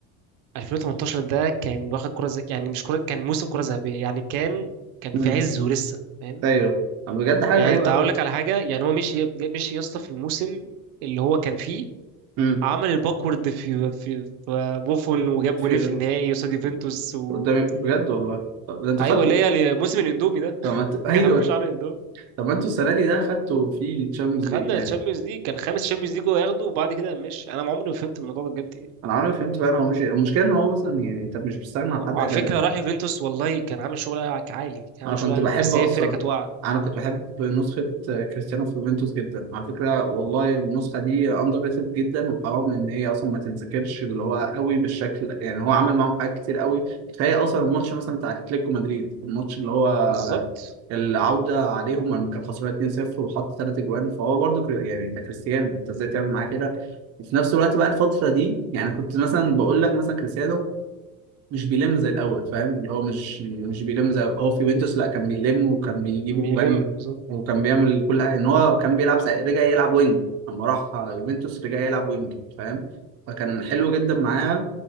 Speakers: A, on the right (about 80°); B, on the right (about 40°).
A: 2018 ده كان واخد كره زي... يعني مش كره كان موسم كره ذهبيه يعني كان كان
B: امم
A: في عزه لسه فاهم
B: ايوه بجد حاجة
A: يعني
B: غريبة
A: انت هقول
B: قوي
A: لك على حاجه يعني هو مشي مشي يا اسطى في الموسم اللي هو كان فيه
B: امم
A: عمل الباكورد في في, في بوفون
B: في
A: وجاب
B: في-
A: جونين في النهائي قصاد يوفنتوس
B: في-
A: و...
B: قدامي بجد والله طب ده انت
A: ايوه
B: خدت
A: اللي هي موسم الاندومي ده
B: طب
A: <laughs>
B: ما انت ايوه
A: يا عم شعر الاندومي
B: طب ما انتوا السنه دي ده خدتوا فيه تشامبيونز
A: خدنا
B: ليج
A: الشامبيونز ليج كان خامس شامبيونز ليج هو ياخده وبعد كده ماشي انا عمري ما فهمت الموضوع ده بجد يعني
B: انا عمري ما فهمت فعلا هو مش المشكله ان هو مثلا يعني انت مش بتستغنى عن
A: وعلى
B: حد ادبته
A: فكره راح يوفنتوس والله كان عامل شغل عالي كان
B: انا
A: عامل
B: كنت
A: شغل عالي
B: بحب
A: بس
B: اصلا
A: هي الفرقه كانت واقعه
B: انا كنت بحب نسخه آه، كريستيانو في يوفنتوس جدا على فكره والله النسخه دي اندر ريتد جدا وحرام ان هي اصلا ما تنذكرش اللي هو قوي بالشكل يعني هو عمل معاهم حاجات كتير قوي كفايه اصلا الماتش مثلا بتاع اتلتيكو مدريد الماتش اللي هو
A: بالظبط
B: العودة عليهم لما كان خسران 2-0 وحط ثلاث اجوان فهو برضو كري- يعني انت كريستيانو انت ازاي تعمل معاه كده وفي نفس الوقت بقى الفترة دي يعني كنت مثلا بقول لك مثلا كريستيانو مش بيلم زي الاول فاهم اللي هو مش مش بيلم زي هو في يوفنتوس لا كان بيلم وكان بيجيب
A: بيلم
B: اجوان
A: بالظبط
B: وكان بيعمل كل حاجه ان هو كان بيلعب سا- رجع يلعب وينج لما راح يوفنتوس رجع يلعب وينج فاهم فكان حلو جدا معاها